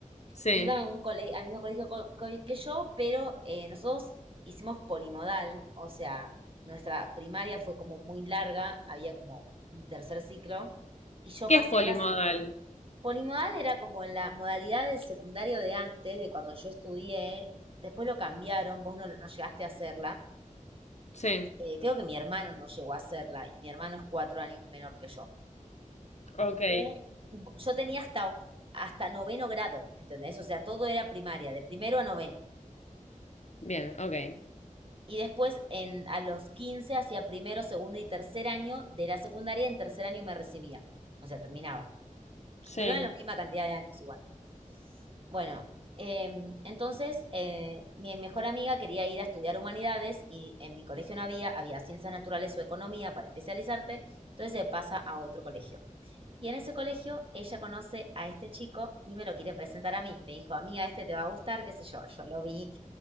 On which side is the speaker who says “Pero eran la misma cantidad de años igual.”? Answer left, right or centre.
Right